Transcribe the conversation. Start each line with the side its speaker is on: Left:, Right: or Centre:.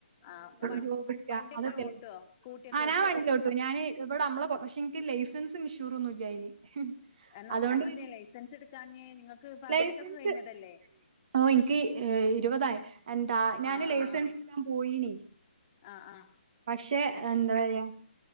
Left: ആ വ
Right: ജോബ് എടുക
Left: വണ്ടിയൊക്കെ
Right: അതൊക്കെയല്ലേ
Left: ഓട്ടുവോ സ്കൂട്ടിയൊക്കെ ഓട്ടുവോ
Right: ആവണ്ടി ഓട്ടു ഞാന് ഇവിടെ നമ്മളെ കൊറച്ച ഇക്ക് ലൈസൻസും ഇൻഷൂർൊന്നും ഇല്ല അതിന്
Left: എന്നോ
Right: അതൊണ്ട്
Left: അതെന്തേ ലൈസൻസ് എടുക്കാഞ്ഞേ നിങ്ങൾക്ക് പതിനെട്ടൊക്കെ
Right: ലൈസൻസ്
Left: കഴിഞ്ഞതല്ലേ
Right: ഓ എനിക്ക് ഇരുപതായി എന്താ ഞാന്
Left: ആഹ്
Right: ലൈസൻസ്
Left: ആഹ്
Right: എടുക്കാൻ പോയിണ്
Left: ആഹ് ആഹ് ആഹ്
Right: പക്ഷെ
Left: എന്ന്
Right: എന്താ പറയാ